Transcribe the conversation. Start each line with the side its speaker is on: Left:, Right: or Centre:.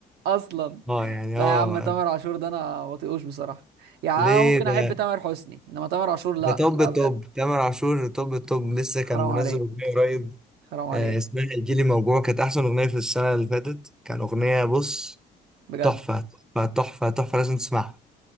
Right: اصلا
Centre: اه يعني
Right: لا
Centre: اه
Right: يا عم تامر عاشور ده انا بطيقوش بصراحه يعني
Centre: ليه
Right: أنا ممكن
Centre: ده
Right: احب تامر حسني انما تامر عاشور لا
Centre: ده توب
Right: لا بجد
Centre: توب تامر عاشور توب توب لسه
Right: حرام
Centre: كان منزل
Right: عليك
Centre: اغنيه قريب
Right: حرام عليك
Centre: آه اسمها الجيلي موجوع كانت احسن اغنيه في السنه اللي فاتت كان اغنيه بص
Right: بجد
Centre: تحفه تحفه تحفه تحفه لازم تسمعها